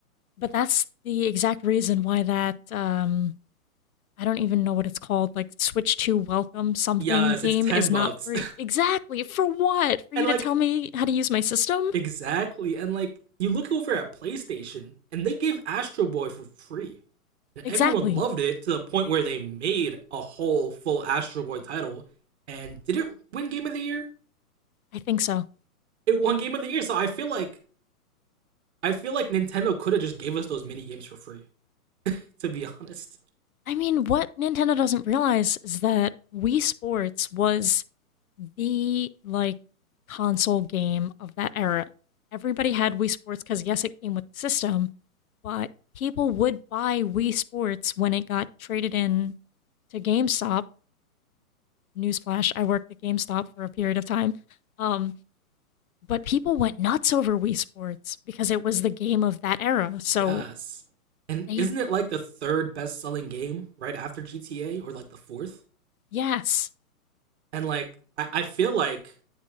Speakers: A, on the left; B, on the right.
A: But that's the exact reason why that um, I don't even know what it's called, like Switch Two Welcome something
B: Yes,
A: game
B: it's 10
A: is
B: bucks.
A: not free. Exactly. For what?
B: <laughs>
A: For
B: and
A: you
B: like
A: to tell me how to use my system?
B: exactly. And like you look over at PlayStation and they gave Astro Boy for free. And
A: Exactly.
B: everyone loved it to the point where they made a whole full Astro Boy title and did it win game of the year?
A: I think so.
B: It won game of the year. So I feel like I feel like Nintendo could have just gave us those mini games for free, to be <laughs> honest.
A: I mean, what Nintendo doesn't realize is that Wii Sports was the like console game of that era. Everybody had Wii Sports because yes, it came with the system, but people would buy Wii Sports when it got traded in to GameStop. Newsflash: I worked at GameStop for a period of time, um, but people went nuts over Wii Sports because it was the game of that era. So
B: Yes. And
A: they,
B: isn't it like the third best selling game right after GTA or like the fourth?
A: yes,
B: And like I, I feel like